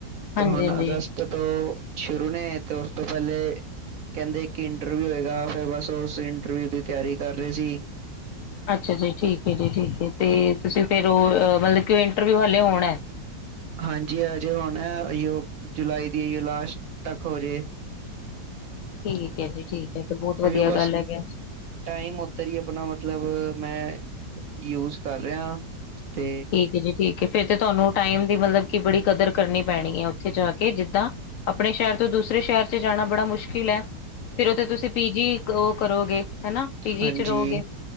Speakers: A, on the right (about 60°); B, on the left (about 70°).
A: ਤੇ
B: ਹਾਂਜੀ
A: ਹੁਣ
B: ਹਾਂਜੀ
A: ਅਗਸਤ ਤੋਂ ਸ਼ੁਰੂ ਨੇ ਤੇ ਉਸ ਤੋਂ ਪਹਿਲੇ ਕਹਿੰਦੇ ਕਿ ਇੰਟਰਵਿਊ ਹੋਏਗਾ ਫਿਰ ਬਸ ਉਸੇ ਇੰਟਰਵਿਊ ਦੀ ਤਿਆਰੀ ਰਹੇ ਸੀ।
B: ਅੱਛਾ ਜੀ ਠੀਕ ਐ ਜੀ ਠੀਕ ਐ, ਤੇ ਤੁਸੀਂ ਫੇਰ ਉਹ ਮਤਲਬ ਕਿ ਇੰਟਰਵਿਊ ਹਾਲੇ ਹੋਣਾ।
A: ਹਾਂਜੀ, ਆਜੇ ਹੁਣ ਓਈ ਓ ਜੁਲਾਈ ਦੀ ਆਓ ਲਾਸਟ ਤੱਕ ਹੋਜੇ।
B: ਠੀਕ ਏ ਜੀ ਠੀਕ ਏ। ਇਹ ਤੇ ਬਹੁਤ ਗੱਲ
A: ਉਹੀਓ ਬਸ
B: ਹੈਗੀ ਐਂ।
A: ਟਾਈਮ ਉੱਧਰ ਹੀ ਆਪਣਾ ਮਤਲਬ ਮੈਂ ਯੂਜ ਕਰ ਰਿਹਾ ਤੇ
B: ਠੀਕ ਐ ਜੀ ਠੀਕ ਐ। ਫਿਰ ਤੇ ਤੁਹਾਨੂੰ ਟਾਈਮ ਦੀ ਮਤਲਬ ਕਿ ਬੜੀ ਕਦਰ ਕਰਨੀ ਪੈਣੀ ਹੈ ਉੱਥੇ ਜਾ ਕੇ ਜਿੱਦਾਂ ਆਪਣੇ ਸ਼ਹਿਰ ਤੋਂ ਦੂਸਰੇ ਸ਼ਹਿਰ ਚ ਜਾਣਾ ਬੜਾ ਮੁਸ਼ਕਿਲ ਐ। ਫਿਰ ਉਥੇ ਤੁਸੀ ਪੀਜੀ ਉਹ ਕਰੋਗੇ। ਹਨਾ ਪੀਜੀ
A: ਹਾਂਜੀ
B: ਚ ਰੋ ਗੇ